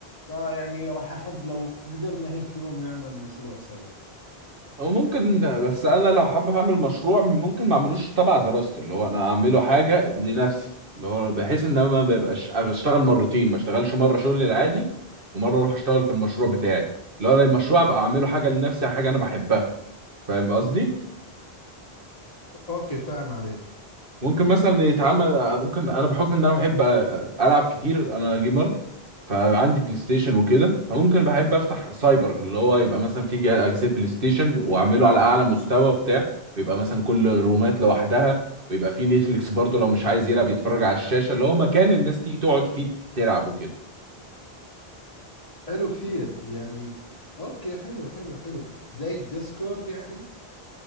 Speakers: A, on the left; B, on the right.
A: فيعني راح احب لو قدرنا هيك يوم نعمل مشروع سوا
B: او ممكن بس انا لو حابب اعمل مشروع ممكن ما اعملوش تبع دراستي اللي هو انا اعمله حاجه لنفسي اللي هو بحيث ان انا ما ببقاش اشتغل مرتين ما اشتغلش مره شغلي العادي ومره اروح اشتغل في المشروع بتاعي اللي هو انا المشروع ابقى اعمله حاجه لنفسي حاجه انا بحبها فاهم قصدي
A: اوكي فاهم عليك
B: ممكن مثلا يتعمل ممكن انا بحكم ان انا بحب أ- العب كتير انا جيمر فعندي بلاي ستيشن وكده فممكن بحب افتح سايبر اللي هو يبقى مثلا في جهاز- اجهزه بلاي ستيشن واعمله على اعلى مستوى بتاع ويبقى مثلا كل رومات لوحدها ويبقى في نتفليكس برضه لو مش عايز يلعب يتفرج على الشاشه اللي هو مكان الناس تيجي تقعد فيه تلعب وكده
A: حلو كثير يعني اوكي حلو حلو حلو زي الديسكورد يعني